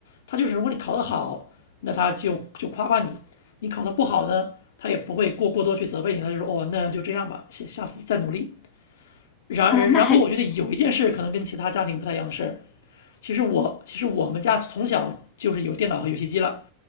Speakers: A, on the left; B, on the left.
A: 他就是如果你考得好，
B: 嗯、
A: 那他就就夸夸你；你考得不好呢，他也不会过过多去责备你，他就说哦，那就这样吧，下下次再努力。然然后我觉得有一件事可能跟其他家庭不太一样的是，
B: 那还挺
A: 其实我其实我们家从小就是有电脑和游戏机了，